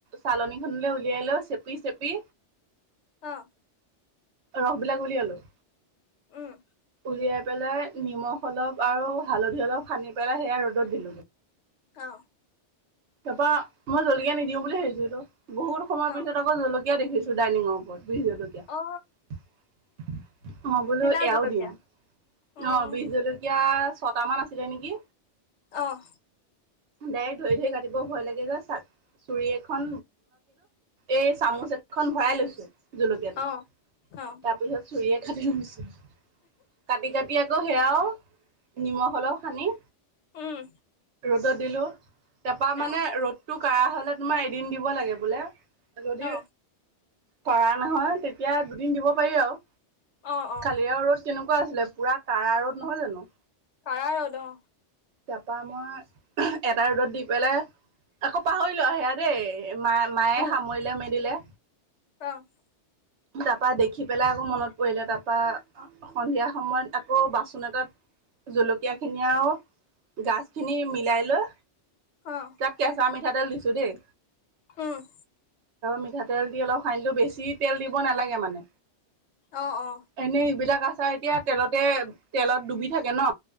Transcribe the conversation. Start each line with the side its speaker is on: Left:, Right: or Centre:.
Right: চালনীখনলৈ উলিয়াই লৈ চেপি-চেপি
Left: অ।
Right: ৰস বিলাক উলিয়ালো।
Left: উম
Right: উলিয়াই পেলাই নিমখ অলপ আৰু হালধি অলপ সানি পেলাই সেয়া ৰ'দত দিলোঁগৈ।
Left: অ।
Right: তৰপা মই জলকীয়া নিদিওঁ বুলি ভাবিছিলো। বহুত সময়ৰ
Left: অ
Right: পিছত আকৌ জলকীয়া দেখিছো ডাইনিঙৰ ওপৰত বি জলকীয়া। অ,
Left: অ
Right: বোলো
Left: দিলা
Right: এয়াও
Left: জলকীয়া
Right: দিওঁ,
Left: উম
Right: অ বজ জলকীয়া ছটামান আছিলে নেকি।
Left: আহ।
Right: ডাইৰেক্ট ধৰি-ধৰি কাটিব ভয় লাগে যে চাৰ, চুৰি এখন এই চামুচ এখন ভৰাই লৈছে জলকীয়াটো,
Left: অ অ
Right: তাৰপিছত চুৰিয়ে কাটি লৈছে। কাটি-কাটি আকৌ সেয়াও নিমখ হলেও সানি।
Left: উম
Right: <inaudible> ৰ'দত দিলো, তাৰপা মানে
Left: অ
Right: ৰ'দটো কাঢ়া হলে তোমাৰ এদিন দিব লাগে বোলে। যদি
Left: অ
Right: ধৰা নহয় তেতিয়া দুদিন দিব পাৰি আৰু।
Left: অ অ
Right: কালিও ৰ'দ কেনেকুৱা আছিলে পুৰা কাৰা ৰ'দ নহয় জানো?
Left: কাৰা ৰ'দ অ
Right: তাৰপা মই এটা ৰ'দত দি পেলাই আকৌ পাহৰিলো আহি দেই মা মায়ে
Left: উম
Right: সামৰিলে মেলিলে।
Left: <inaudible>
Right: তাৰপা দেখি পেলাই আকৌ মনত পৰিলে তাৰপা সন্ধিয়া সময়ত আকৌ বাচন এটাত জলকীয়া খিনি আৰু গাছখিনি মিলাই লৈ
Left: অ
Right: তাক কেঁচা মিঠাতেল দিছো দেই।
Left: উম্।
Right: মিঠাতেল দি অলপ সানিলো বেছি তেল দিব নালাগে মানে।
Left: অ অ
Right: এনেই এইবিলাক আচাৰ এতিয়া তেলতে তেলত ডুবি থাকে ন?